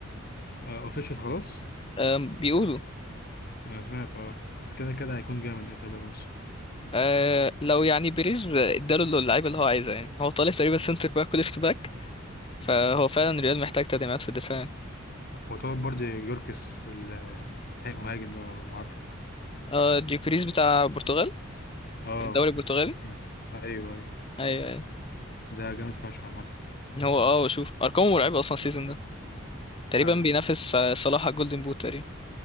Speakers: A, on the left; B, on the left.
A: اوفيشال خلاص
B: أم، بيقولوا
A: انا سمعت اه بس كده كده هيكون جامد إيه، شابي الونسو
B: أه لو يعني بيريز اداله اللعيبه اللي هو عايزها يعني هو طالب تقريبا سنتر باك وليفت باك فهو فعلا الريال محتاج تدعيمات في الدفاع
A: هو طلب برضه يوركس المهاجم ده لو عارفه
B: اه ديوكريس بتاع البرتغال
A: اه
B: الدوري البرتغالي
A: سبورتينج ايوه ايوه
B: ايوه ايوه
A: ده جامد فشخ عامة
B: هو اه شوف ارقامه مرعبه اصلا السيزون ده
A: فعلا
B: تقريبا بينافس آه، صلاح على الجولدن بوت تقريبا